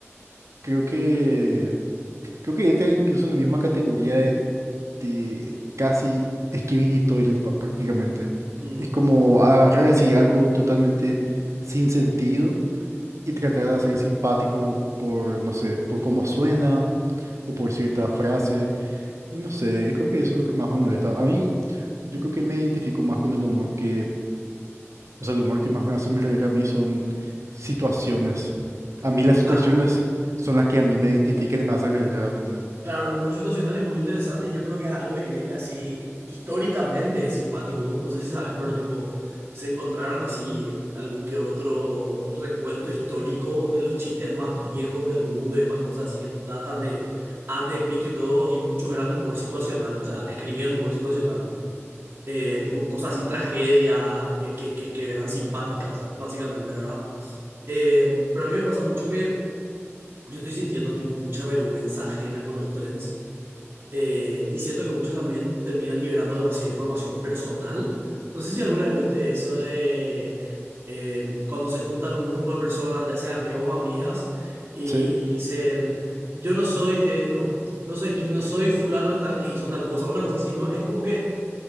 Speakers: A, on the right; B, on the right.
A: creo que... Creo que entra incluso en la misma categoría de, de casi Skibidi Toilet pa- prácticamente.
B: Mm.
A: Es como agarrar así algo totalmente sin sentido y tratar de ser simpático por, no sé, por cómo suena o por cierta frase. Y no sé, eh, creo que eso es lo que más me molesta. A mí, yo creo que me identifico más con el humor que, o sea, el humor que más me hace reír a mí son situaciones. A mí las situaciones
B: Ah,
A: son las que a mí me identifican y me hacen reír realmente.
B: claro, el humor situacional es muy interesante y yo creo que es algo que viene así históricamente es simpático. Vos no sé si sabes, pero tipo, se encontraron así algún que otro recuento histórico de los chistes más viejos del mundo y demás cosas así que datan de antes de Cristo y todo, y muchos eran de humor situacional, o sea, escribían humor situacional. eh, tipo cosas y tragedias que, que, que, que eran simpáticas, básicamente, ¿verdad? Eh, pero a mí me pasa mucho que yo estoy sintiendo tipo mucha vergüenza ajena con los trends eh, y siento que muchos también terminan liberando demasiada información personal. No sé si alguna vez viste eso de eh, cuando se juntan un grupo de personas, ya sea amigos o amigas, y,
A: ¿Sí?
B: y dicen, yo no soy, eh, no, no soy, no soy fulano de tal que hizo tal cosa, una cosa así, ¿no? Es como que